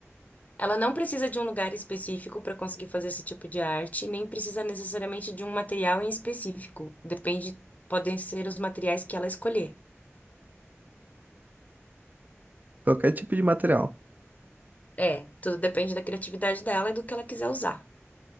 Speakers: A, on the left (about 35°); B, on the right (about 35°).
A: Ela não precisa de um lugar específico para conseguir fazer esse tipo de arte, nem precisa necessariamente de um material em específico. Depende. Podem ser os materiais que ela escolher.
B: Qualquer tipo de material.
A: É, tudo depende da criatividade dela e do que ela quiser usar.